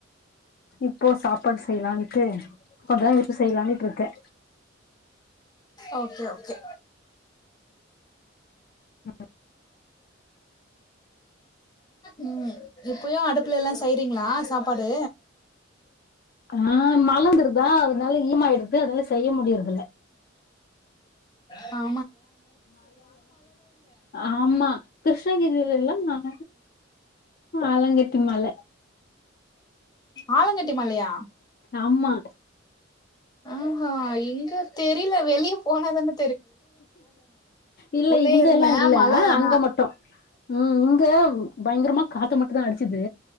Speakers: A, on the left; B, on the left.
A: இப்போ சாப்பாடு செய்யலான்ட்டு கொஞ்ச நேரோ விட்டு செய்யலாட்டு இருக்கே
B: ஓகே ஓகே
A: ஆஹ்
B: ம் இப்பயு அடுப்புலல்லா செய்றீங்களா சாப்பாடு
A: ஆஹ் மழவந்துருதா அதனால இரமாயிடுது அதனால செய்ய முடியறதில்ல
B: ஆ
A: ஆமா கிருஷ்ணகிரியில எல்லா மழ ஆலங்கட்டி மழ
B: ஆளங்கட் ட்டி மழையா
A: ஆமா
B: ஆஹா இங்க தெரில வெளிய போனாதானே
A: இல்ல
B: உள்ளயே
A: இங்கல்லா
B: இருந்தே
A: இல்ல
B: மழ ஆனா
A: அங்க மட்டு உம் இங்க பயங்கரமா காத்து மட் தா அடிச்சது